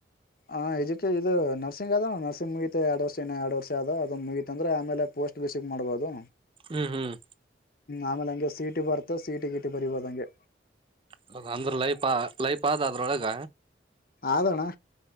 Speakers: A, on the left; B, on the right.
A: ಹ ಎಜು ಇದು ನರ್ಸಿಂಗ್ ಅದ ನರ್ಸಿಂಗ್ ಮುಗಿತತೆ ಎರಡ್ ವರ್ಷ ಇನ ಎರಡ್ ವರ್ಷ ಆದ ಅದ್ ಮುಗಿತತ ಅಂದ್ರೆ ಆಮೇಲೆ ಪೋಸ್ಟ್ ಬಸಕ್ ಮಾಡ್ಬಹದು
B: ಹ್ಮ್ ಹ್ಮ್
A: ಆಮೇಲೆ ಹಂಗೆ ಸೀಟ ಬರ್ತ ಸೀಟ ಗಿಟ್ ಬರಿಬೋದುಂಗೆ
B: ಹೌದ ಅಂದ್ರೆ ಲೈಫ ಲೈಫ ಆದ ಅದ್ರೊಳಗ
A: ಆದಣ್ಣ